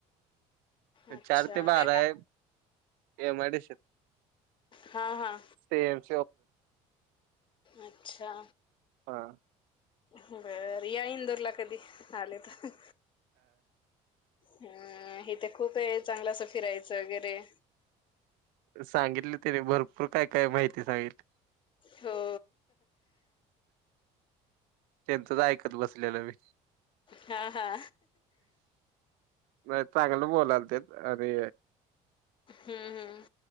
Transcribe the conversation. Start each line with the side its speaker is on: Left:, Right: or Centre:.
Left: अच्छा
Right: चार ते बाराए.
Left: काय का
Right: एम आय डी सी त.
Left: हा हा
Right: ते <unintelligible>
Left: अच्छा.
Right: हा.
Left: बर. या इंदूर ला कधी आले तर. हं. इथ खूप आहे. चांगल असं फिरायचं वगैरे.
Right: सांगितले तिने. भरपूर काय काय माहिती सांगितली.
Left: हो.
Right: त्यांच काय ऐकत बसलेलो मी.
Left: हा. हा.
Right: नाही चांगलं बोलालते. अरे.
Left: हं हं.